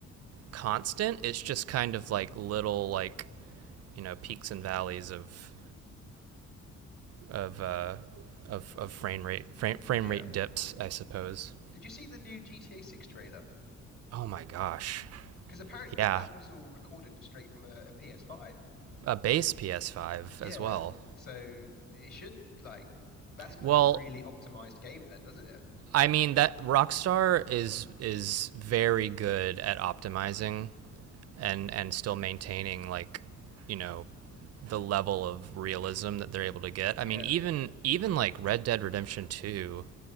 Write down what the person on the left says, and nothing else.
Yeah.
Did you see the new GTA 6 trailer?
Because apparently
that that was all recorded straight from a, PS5.
Yeah.
So it should like that seems
like a really optimized game then, doesn't it?
Yeah.